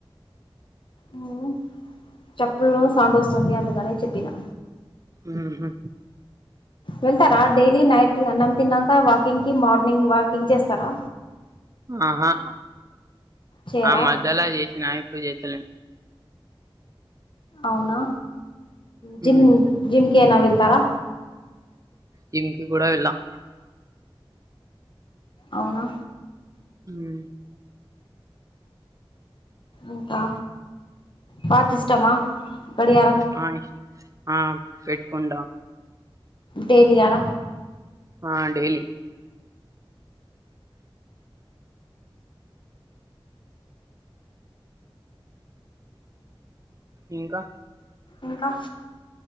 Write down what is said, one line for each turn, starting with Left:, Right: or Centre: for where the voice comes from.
Left: హ్మ్ చెప్పులు సౌండ్ వస్తుంది అందుకనే చెప్పినా
Right: ఊహూ
Left: వెళ్తారా డైలీ నైట్ అన్నం తిన్నాక వాకింగ్ కి మార్నింగ్ వాకింగ్ చేస్తారా
Right: ఆహా
Left: చేయరా
Right: ఆ మధ్యలో చేసిన ఇప్పుడు చేత్తలే
Left: అవునా జిమ్
Right: ఉమ్
Left: జిమ్ కైనా వెల్తారా
Right: జిమ్ కి కూడా వెళ్ళం
Left: అవునా
Right: హ్మ్
Left: ఇంకా పాట ఇష్టమా గడియారం
Right: ఆ ఇష్ ఆ పెట్కుంట
Left: డైలీ ఇయాల
Right: ఆ డైలీ ఇంకా
Left: ఇంకా